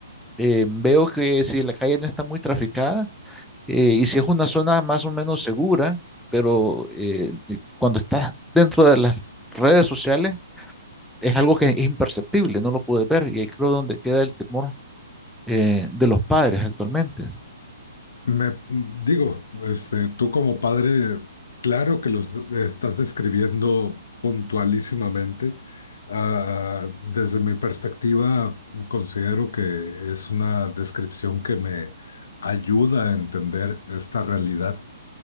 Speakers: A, in the centre; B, on the left.
A: eh, veo que si la calle no está muy traficada, eh, y si es una zona más o menos segura, pero eh, eh, cuando estás dentro de las redes sociales, es algo que es imperceptible, no lo puedes ver. Y ahí creo donde queda el temor eh, de los padres actualmente.
B: Me digo, este, tú como padre, claro que los estás describiendo puntualísimamente. Ah, desde mi perspectiva, considero que es una descripción que me ayuda a entender esta realidad.